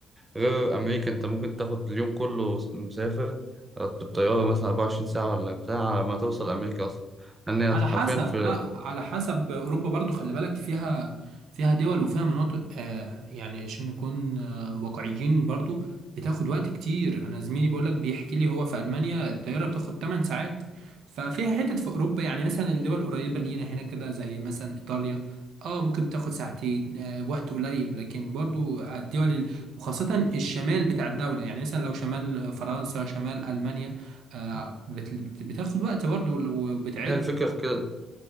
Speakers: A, on the right (about 20°); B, on the right (about 75°).
A: غير أمريكا أنت ممكن تاخد اليوم كله مسافر آه، بالطيارة مثلا 24 ساعة ولا بتاع على ما توصل أمريكا أصلا لأن هي
B: على
A: حرفيا
B: حسب
A: في
B: بقى على حسب اوروبا برضو خلي بالك فيها فيها دول وفيها مناطق آه يعني عشان نكون آه واقعيين برضو بتاخد وقت كتير انا زميلي بيقولك بيحكي لي هو في المانيا الطياره بتاخد 8 ساعات ففيها حتت في اوروبا يعني مثلا الدول القريبه لينا هنا كده زي مثلا ايطاليا اه ممكن بتاخد ساعتين آه وقت قليل لكن برضو على الدول ال- وخاصه الشمال بتاع الدوله يعني مثلا لو شمال فرنسا شمال المانيا آه بت- بت- بتاخد وقت برضو وبتعد
A: هي الفكرة في كده